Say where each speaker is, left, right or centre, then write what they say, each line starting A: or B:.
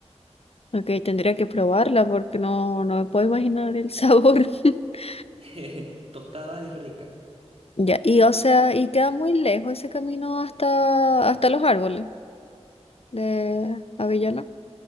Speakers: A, on the left; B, on the right.
A: Ok, tendría que probarla porque no, no me puedo imaginar el sabor. <laughs>
B: <laughs> Tostada es rica.
A: Ya, y o sea, y queda muy lejos ese camino hasta, hasta los árboles de avellana.